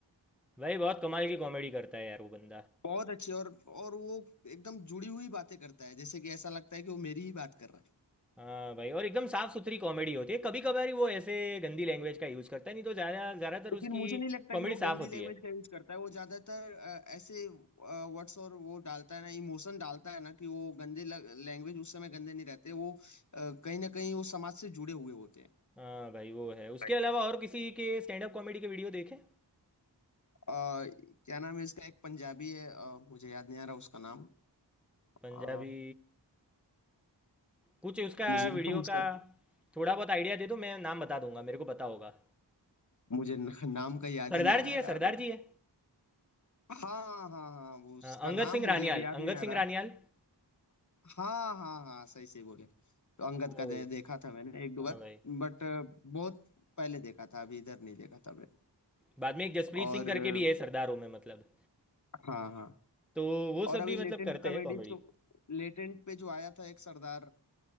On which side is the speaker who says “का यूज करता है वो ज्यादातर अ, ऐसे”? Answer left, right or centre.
Left